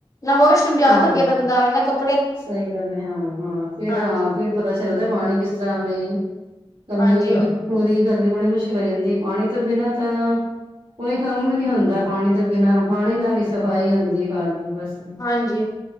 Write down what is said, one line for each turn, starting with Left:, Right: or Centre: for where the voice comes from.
Left: ਨਾ ਵਾਸ਼ਰੂਮ ਜਾ
Right: ਹਾਂ
Left: ਸਕੇ ਬੰਦਾ ਨਾ ਕੱਪ
Right: ਸਹੀ ਗੱਲ ਹੈ ਹਾਂ ਹਾਂ ਫਿਰ
Left: ਹਾਂਜੀ
Right: ਹਾਂ ਫਿਰ ਪਤਾ ਚੱਲਦਾ ਪਾਣੀ ਕਿਸ ਤਰ੍ਹਾਂ ਬਈ ਕਮੀ-
Left: ਹਾਂਜੀ
Right: ਪੂਰੀ ਕਰਨੀ ਬੜੀ ਮੁਸ਼ਕਿਲ ਹੋ ਜਾਂਦੀ ਪਾਣੀ ਤੋਂ ਬਿਨਾਂ ਤਾਂ ਕੋਈ ਕੰਮ ਵੀ ਨਹੀਂ ਹੁੰਦਾ। ਪਾਣੀ ਤੋਂ ਬਿਨਾਂ ਪਾਣੀ ਨਾਲ ਹੀ ਸਫ਼ਾਈ ਹੁੰਦੀ ਘਰ ਦੀ ਬਸ।
Left: ਹਾਂਜੀ।